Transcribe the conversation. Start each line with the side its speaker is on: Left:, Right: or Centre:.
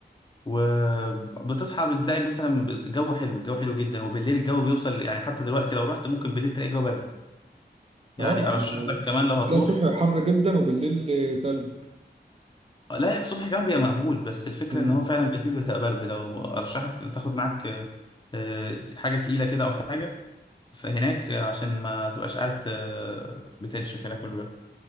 Left: وبتصحى بتلاقي مثلا جو حلو الجو حلو جدا وبالليل الجو بيوصل يعني حتى دلوقتي لو رحت ممكن بالليل تلاقي الجو برد يعني
Right: اه
Left: ارشح لك كمان لو هتروح
Right: بتلاقي الصبح حر جدا وبالليل تلج
Left: لا هيك الصبح كمان بيبقى مقبول بس الفكرة
Right: امم
Left: ان هو فعلا بالليل بتبقى برد لو ارشحك تاخد معاك آه، آه، حاجة تقيلة كده او حاجة فهناك آه، عشان ما تبقاش قاعد آه، بتنشف هناك من البرد